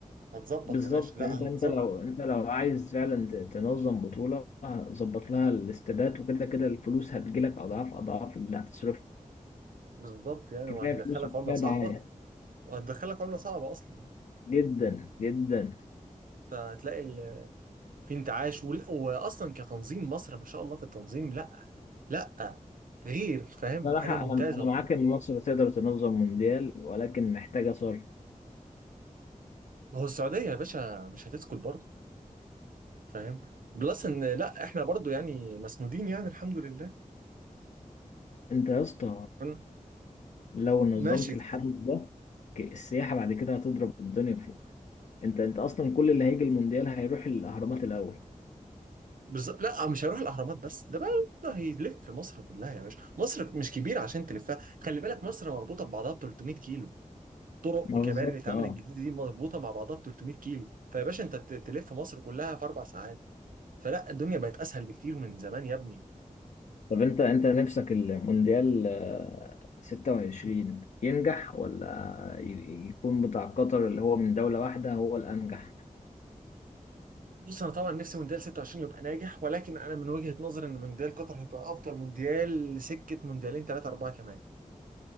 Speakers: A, on the right; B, on the left.
A: هتظبط
B: بالظبط
A: يا باشا لا
B: انت انت
A: هتظبط
B: لو انت لو عايز فعلا ت- تنظم بطولة ظبط لها الاستادات وكده كده الفلوس هتجيلك اضعاف اضعاف اللي هتصرفه
A: بالظبط يعني
B: كفاية
A: وهيدخلك
B: فلوس وكفاية
A: عمله صعبه
B: دعاية
A: وهتدخلك عمله صعبه اصلا
B: جدا جدا
A: فهتلاقي ال- في انتعاش ولا- واصلا كتنظيم مصر ما شاء الله في التنظيم لا لا غير فاهم
B: صراحة
A: حاجه ممتازه
B: انا انا معاك
A: بجد
B: ان مصر تقدر تنظم مونديال ولكن محتاجة صرف
A: ما هو السعوديه يا باشا مش هتسكت برضه فاهم بلس ان لا احنا برضه يعني مسنودين يعني الحمد لله
B: انت يا اسطى
A: فاهم؟
B: لو نظمت
A: ماشي
B: الحدث ده ك- السياحة بعد كده هتضرب الدنيا في انت انت اصلا كل اللي هيجي المونديال هيروح الاهرامات الاول
A: بالظبط لا مش هيروح الاهرامات بس ده بقى ده هيلف مصر كلها يا باشا مصر مش كبيره عشان تلفها خلي بالك مصر مربوطه ببعضها ب 300 كيلو طرق
B: ما
A: وكباري
B: بالظبط
A: اللي اتعملت
B: اه
A: جديد دي مربوطه مع بعضها ب 300 كيلو فيا باشا انت ت- تلف مصر كلها في اربع ساعات فلا الدنيا بقت اسهل بكتير من زمان يا ابني
B: طب انت انت نفسك المونديال آه، 26 ينجح ولا ي- يكون بتاع قطر اللي هو من دولة واحدة هو الانجح
A: بص انا طبعا نفسي مونديال 26 يبقى ناجح ولكن انا من وجهة نظري ان مونديال قطر هيبقى افضل مونديال لسكة مونديالين ثلاثة أربعة كمان